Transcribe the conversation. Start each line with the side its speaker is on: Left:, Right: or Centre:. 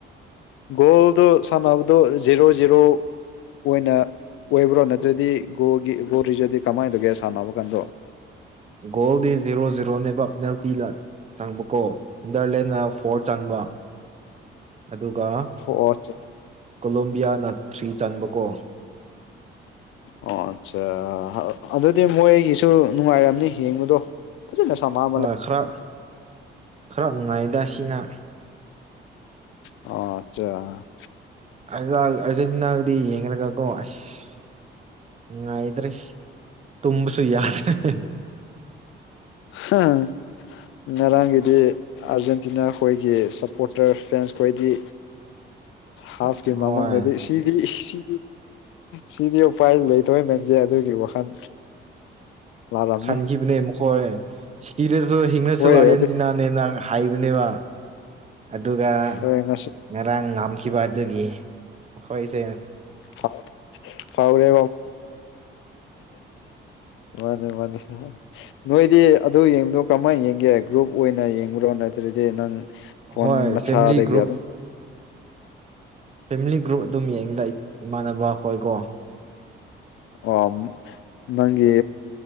Left: ꯒꯣꯜꯗꯣ ꯁꯥꯟꯅꯕꯗꯣ ꯖꯦꯔꯣ ꯖꯦꯔꯣ ꯑꯣꯏꯅ ꯑꯣꯏꯕ꯭ꯔꯣ ꯅꯠꯇ꯭ꯔꯗꯤ ꯒꯣꯒꯤ ꯒꯣꯔꯤꯖꯗꯤ ꯀꯃꯥꯏꯅ ꯇꯧꯒꯦ ꯁꯥꯟꯅꯕ ꯀꯥꯟꯗꯣ
Right: ꯒꯣꯜ ꯗ ꯖꯤꯔꯣ ꯖꯤꯔꯣꯅꯦꯕ ꯄꯦꯅꯥꯜꯇꯤ ꯂꯥꯛ ꯆꯪꯕꯀꯣ ꯏꯟꯗꯔꯂꯦꯅ ꯐꯣꯔꯠ ꯆꯪꯕ ꯑꯗꯨꯒ
Left: <unintelligible>
Right: ꯀꯣꯂꯣꯝꯕꯤꯌꯥꯅ ꯊ꯭ꯔꯤ ꯆꯟꯕ ꯀꯣ
Left: ꯑꯣ ꯑꯠꯆꯥ ꯑꯗꯨꯗꯤ ꯃꯣꯏꯒꯤꯁꯨ ꯅꯨꯡꯉꯥꯏꯔꯝꯅꯤ ꯌꯦꯡꯕꯗꯣ <unintelligible>
Right: ꯍꯣꯏ ꯈꯔ ꯈꯔ ꯅꯨꯡꯉꯥꯏꯗ ꯁꯤꯅ
Left: ꯑꯣ ꯑꯆꯥ
Right: <unintelligible> <unintelligible>
Left: <unintelligible> ꯉꯔꯥꯡꯒꯤꯗꯤ ꯑꯥꯔꯖꯦꯟꯇꯤꯅꯥ ꯈꯣꯏꯒꯤ ꯁꯞꯄꯣꯔꯇꯔ ꯐꯦꯟꯁ ꯈꯣꯏꯗꯤ
Right: <inaudible>
Left: ꯍꯥꯐꯀꯤ ꯃꯃꯥꯡ
Right: ꯍꯣꯏ
Left: ꯅꯗꯤ ꯁꯤꯗꯤ ꯁꯤ ꯁꯤꯗꯤ ꯎꯄꯥꯏ ꯂꯩꯇꯧꯃꯦꯟꯁꯦ ꯑꯗꯨꯒꯤ ꯋꯥꯈꯜ
Right: <unintelligible>
Left: ꯂꯥꯛꯔꯝꯅꯤ
Right: ꯈꯥꯟꯈꯤꯕꯅꯦ ꯃꯈꯣꯏ ꯁꯤꯔꯁꯨ ꯍꯤꯡꯉꯁꯨ
Left: ꯍꯣꯏ
Right: ꯑꯥꯔꯖꯦꯟꯇꯤꯅꯥꯅꯦꯅ
Left: ꯑꯗꯨ
Right: ꯍꯥꯏꯕꯅꯦꯕ ꯑꯗꯨꯒ
Left: ꯍꯣꯏ ꯉꯁꯤ
Right: ꯉꯔꯥꯡ ꯉꯝꯈꯤꯕ ꯑꯗꯨꯒꯤ ꯍꯣꯏꯁꯦ
Left: ꯐꯥꯎ ꯐꯥꯎꯔꯦ ꯃꯥꯅꯤ ꯃꯥꯅꯤ ꯅꯣꯏꯗꯤ ꯑꯗꯨ ꯌꯦꯡꯕꯗꯣ ꯀꯃꯥꯏꯅ ꯌꯦꯡꯒꯦ ꯒ꯭ꯔꯨꯞ ꯑꯣꯏꯅ ꯌꯦꯡꯕ꯭ꯔꯣ ꯅꯠꯇ꯭ꯔꯗꯤ ꯅꯪ ꯐꯣꯟ
Right: ꯍꯣꯏ
Left: ꯃꯆꯥꯗꯒ
Right: ꯐꯦꯃꯤꯂꯤ ꯒ꯭ꯔꯨꯞ
Left: ꯑꯗꯨ
Right: ꯐꯦꯃꯤꯂꯤ ꯒ꯭ꯔꯨꯞ ꯑꯗꯨꯝ ꯌꯦꯡꯉꯤꯗ ꯑꯩ ꯏꯃꯥꯟꯅꯕ ꯍꯣꯏꯀꯣ
Left: ꯑ ꯅꯪꯒꯤ